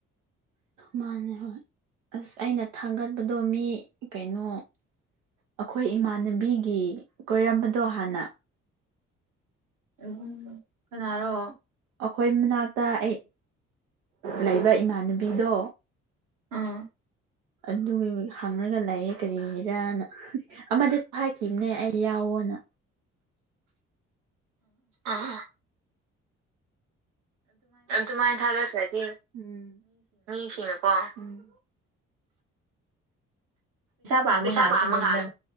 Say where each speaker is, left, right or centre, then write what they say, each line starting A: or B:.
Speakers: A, on the right; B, on the right.
A: ꯃꯥꯅꯦ ꯍꫭꯏ꯫ ꯑꯁ ꯑꯩꯅ ꯊꯥꯡꯒꯠꯄꯗꯣ ꯃꯤ ꯀꯩꯅꯣ ꯑꯩꯈꯣꯏ ꯏꯃꯥꯟꯅꯕꯤꯒꯤ ꯀꯣꯏꯔꯝꯕꯗꯣ ꯍꯥꯟꯅ꯫
B: ꯎꯝ ꯀꯅꯥꯔꯣ꯫
A: ꯑꯩꯈꯣꯏ ꯃꯅꯥꯛꯇ ꯑꯩ ꯂꯩꯕ ꯏꯃꯥꯟꯅꯕꯤꯗꯣ꯫
B: ꯑꯥ꯫
A: ꯑꯗꯨꯒꯤ ꯍꯪꯔꯒ ꯂꯩꯌꯦ ꯀꯔꯤꯒꯤꯔꯅ ꯑꯃꯗꯁꯨ ꯍꯥꯏꯈꯤꯕꯅꯦ ꯑꯩ ꯌꯥꯎ ꯑꯅ ꯑꯥ ꯑꯗꯨꯃꯥꯏꯅ ꯊꯥꯖꯈ꯭ꯔꯒꯦ ꯎꯝ ꯃꯤꯁꯤꯡꯅꯀꯣ꯫ ꯎꯝ
B: ꯄꯥꯝꯕ
A: ꯄꯩꯁꯥ
B: ꯉꯥꯛꯇꯅꯤꯗꯅ
A: ꯄꯥꯃ ꯉ